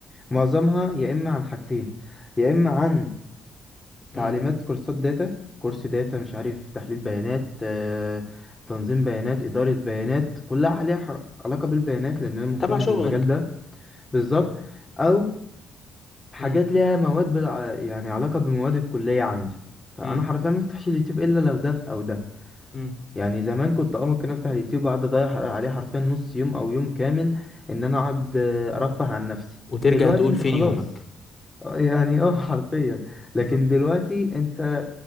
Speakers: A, on the left (about 15°); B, on the left (about 35°).
A: معظمها يا اما عن حاجتين يا اما عن
B: مم.
A: تعليمات كورسات داتا كورس داتا مش عارف تحليل بيانات آه، تنظيم بيانات إدارة بيانات كلها عليها ح- علاقة بالبيانات لأن أنا مهتم
B: تبع شغلك
A: بالمجال ده بالظبط أو حاجات
B: مم.
A: ليها مواد بالع... يعني علاقة بمواد الكلية عندي فأنا
B: مم.
A: حرفيا ما افتحش اليوتيوب إلا لو ده أو ده
B: مم.
A: يعني زمان كنت اه ممكن افتح اليوتيوب واقعد اضيع ح- عليه حرفيا نص يوم او يوم كامل ان انا اقعد آه، ارفه عن نفسي
B: وترجع
A: دلوقتي
B: تقول
A: انت
B: فين
A: خلاص
B: يومك
A: آه، يعني اه <laughs> حرفيا
B: بالظبط
A: لكن دلوقتي انت